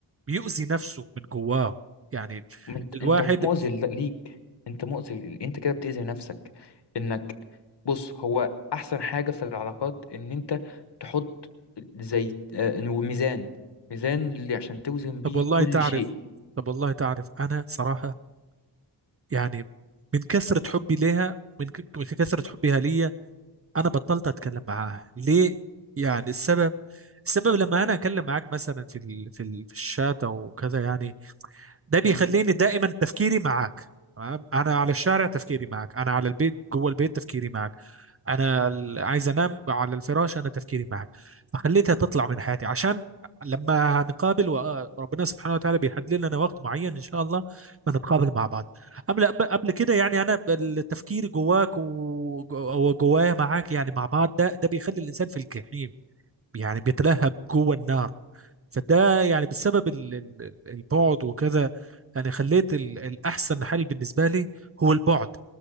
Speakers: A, on the right; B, on the left.
A: بيؤذي نفسه من جواه يعني
B: ما انت
A: الواحد
B: انت مؤذي ل- ليك انت مؤذي ل- انت كده بتأذي نفسك انك بص هو احسن حاجة في العلاقات ان انت تحط زي آه، ميزان ميزان اللي عشان توزن
A: طب
B: بيه
A: والله
B: كل
A: تعرف
B: شيء
A: طب والله تعرف انا صراحة يعني من كثرة حبي ليها من ك- من كثرة حبها ليا انا بطلت اتكلم معاها ليه يعني السبب السبب لما انا اتكلم معاك مثلا في ال... في ال... في الشات او كذا يعني ده بيخليني
B: مم.
A: دائما تفكيري معاك تمام انا على الشارع تفكيري معك انا على البيت جوه البيت تفكيري معك انا ال- عايز انام على الفراش انا تفكيري معك فخليتها تطلع من حياتي عشان لما هنقابل وربنا سبحانه وتعالى بيحدد لنا وقت معين ان شاء الله فنتقابل مع بعض قبل قبل كده يعني انا التفكير جواك وجوايا معاك يعني مع بعض ده ده بيخلي الانسان في الجحيم يعني بيتلهب جوه النار فده يعني بسبب ال- ال- البعد وكذا يعني خليت ال- الأحسن حل بالنسبة لي هو البعد